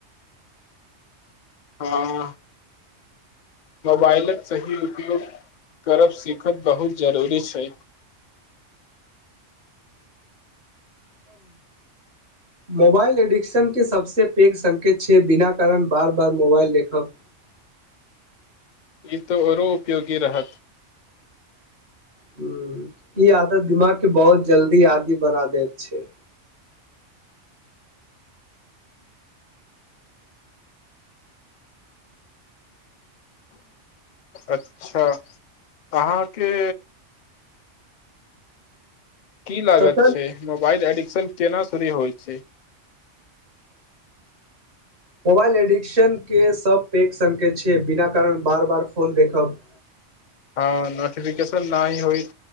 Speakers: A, on the left; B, on the right.
A: हँ मोबाइलक सही उपयोग करब सीखब बहुत जरूरी छैय
B: मोबाइल एडिक्शन के सबस पैघ संकेत छैय बिना कारण बार बार मोबाइल देखब
A: ई तो आओरो उपयोगी रहत
B: ह ई आदत दिमाग के बहुत जल्दी आदी बना दैत छैय
A: अच्छा अहाँके की लागत
B: तखन
A: छैय मोबाल एड केना शुरू होइ छैय
B: मोबाइल एडिक्शनके सभ पैघ संकेत छैय बिना कारण बार बार फोन देखब
A: हँ नोटफिकेशन नहि होइत